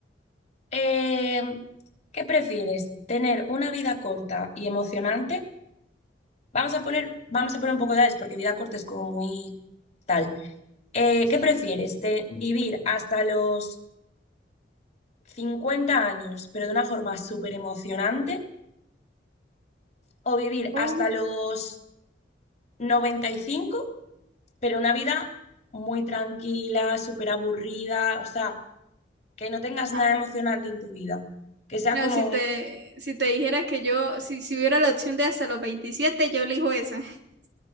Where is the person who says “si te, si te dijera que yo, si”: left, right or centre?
Right